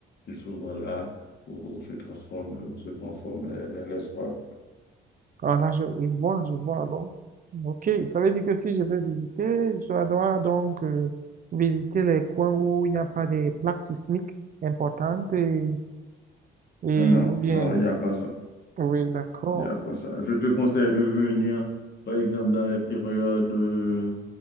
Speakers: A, on the left; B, on the right.
A: c'est souvent là où se transforment, où se conforment les, les, les ouragans.
B: Ah là, je, je vois, je vois alors. Ok, ça veut dire que si je veux visiter, je dois donc euh, visiter les coins où il n'y a pas des plaques sismiques importantes et, et
A: Non,
B: ou bien,
A: non, il n'y a pas ça.
B: oui, d'accord.
A: Il n'y a pas ça. Je te conseille de venir, par exemple, dans les périodes euh,